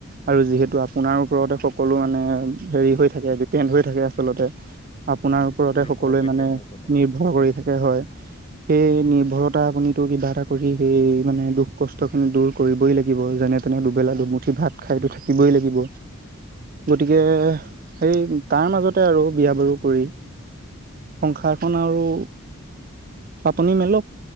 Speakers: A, on the right; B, on the left.
A: আৰু যিহেতু আপোনাৰ ওপৰতে সকলো মানে হেৰি হৈ থাকে ডিপেণ্ড হৈ থাকে আচলতে আপোনাৰ ওপৰতে
B: নিৰ্ভৰ
A: সকলোৱে
B: কৰি
A: মানে
B: থাকে মোৰ ওপৰতে।
A: নিৰ্ভৰ কৰি থাকে হয় সেই নিৰ্ভৰতা আপুনিটো কিবা এটা কৰি সেই মানে দুখ কষ্ট খিনি দূৰ কৰিবই লাগিব যেনে তেনে দুবেলা দুমুঠি ভাত খাইতো থাকিবই লাগিব গতিকে সেই তাৰ মাজতে আৰু বিয়া বাৰু কৰি সংসাৰখন আৰু পাটনি মেলক